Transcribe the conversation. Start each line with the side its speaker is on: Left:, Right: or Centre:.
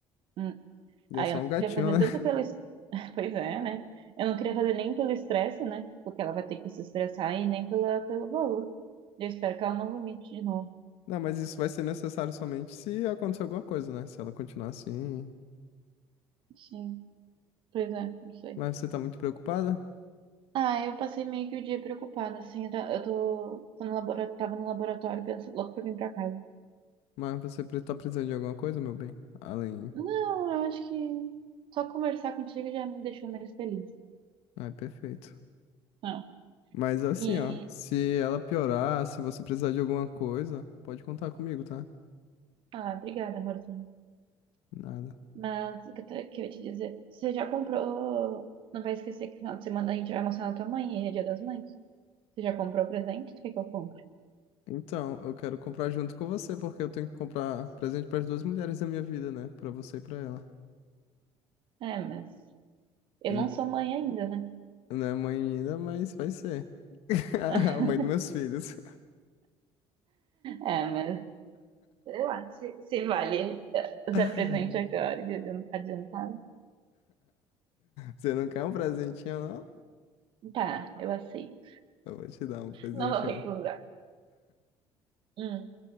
Right: Hum.
Left: E
Right: Aí
Left: é só
Right: eu não
Left: um gatinho,
Right: queria fazer
Left: né? <laughs>
Right: tanto pelo... es- <laughs> Pois é, né? Eu não queria fazer nem pelo estresse, né? Porque ela vai ter que se estressar e nem pela, pelo valor. Eu espero que ela não vomite de novo.
Left: Não, mas isso vai ser necessário somente se acontecer alguma coisa, né? Se ela continuar assim.
Right: Sim, pois é, não sei.
Left: Mas você tá muito preocupada?
Right: Ah, eu passei meio que o dia preocupada, assim. Eu tá- eu tô, tô no labora- tava no laboratório pensando logo pra vir pra casa.
Left: Mas você pre- tá precisando de alguma coisa, meu bem? Além.
Right: Não, eu acho que só conversar contigo já me deixou mais feliz.
Left: Ah, é perfeito.
Right: Não.
Left: Mas assim,
Right: E.
Left: ó. Se ela piorar, se você precisar de alguma coisa, pode contar comigo, tá?
Right: Ah, obrigada, amorzinho.
Left: Nada.
Right: Mas o que eu te- que eu ia te dizer? Você já comprou? Não vai esquecer que no final de semana a gente vai mostrar na tua mãe e é dia das mães. Você já comprou o presente? Tu quer que eu compre?
Left: Então, eu quero comprar junto com você, porque eu tenho que comprar presente para as duas mulheres da minha vida, né? Para você e para ela.
Right: É, mas eu
Left: E
Right: não sou mãe ainda, né?
Left: não é mãe ainda, mas vai ser. <laughs>
Right: <laughs>
Left: A mãe dos meus filhos.
Right: É, mas sei lá, se, se vale eh,
Left: <laughs>
Right: dar presente agora, de adian- adiantado.
Left: Você não quer um presentinho, não?
Right: Tá, eu aceito.
Left: Eu vou te dar um presentinho.
Right: Não vou recusar. Hum.